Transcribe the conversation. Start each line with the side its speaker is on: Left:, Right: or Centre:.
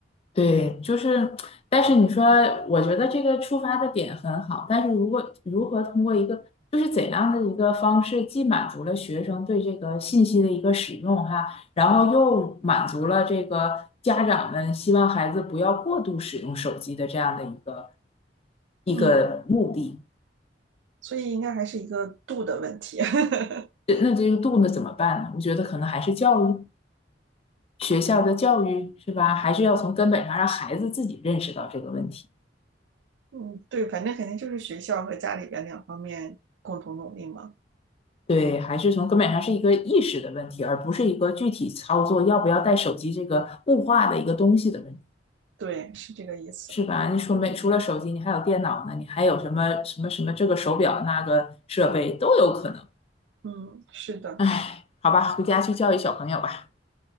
Left: 对，就是，但是你说，我觉得这个出发的点很好，但是如果如何通过一个，就是怎样的一个方式，既满足了学生对这个信息的一个使用哈，然后又满足了这个家长们希望孩子不要过度使用手机的这样的一个一个目的，
Right: 嗯，所以应该还是一个度的问题。<laughs>
Left: 这那这个度呢怎么办呢？我觉得可能还是教育。学校的教育是吧？还是要从根本上让孩子自己认识到这个问题。
Right: 嗯，对，反正肯定就是学校和家里边两方面共同努力嘛。
Left: 对，还是从根本上是一个意识的问题，而不是一个具体操作要不要带手机这个物化的一个东西的问题，
Right: 对，是这个意思。
Left: 是吧？你说没除了手机，
Right: 嗯
Left: 你还有电脑呢，你还有什么什么什么这个手表那个设备都有可能。
Right: 嗯，是的，
Left: 哎，好吧，回家去教育小朋友吧。